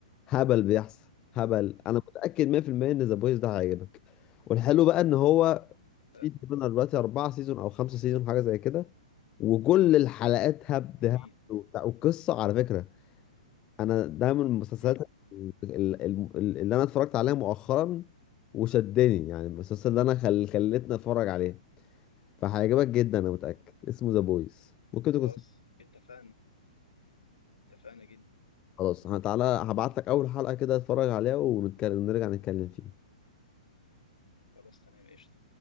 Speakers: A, on the left; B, on the left.
A: هبل بيحصل هبل
B: مم.
A: انا متاكد 100% ان ذا بويز ده هيعجبك والحلو بقى ان هو
B: اتفقنا.
A: في تقريبا دلوقتي اربعه سيزون او خمسه سيزون حاجه زي كده وكل الحلقات هبد
B: جميل
A: هبد وبتاع والقصه على فكره انا ده من المسلسلات
B: مم.
A: ال- ال- ال- اللي انا اتفرجت عليها مؤخرا وشدني يعني المسلسل اللي انا خل... خلتني اتفرج عليه فهيعجبك جدا انا متاكد اسمه ذا بويز ممكن تكون
B: خلاص اتفقنا اتفقنا جدا
A: خلاص تعالى هبعت لك اول حلقة كده اتفرج عليها ونتكلم نرجع نتكلم فيه
B: خلاص تمام قشطه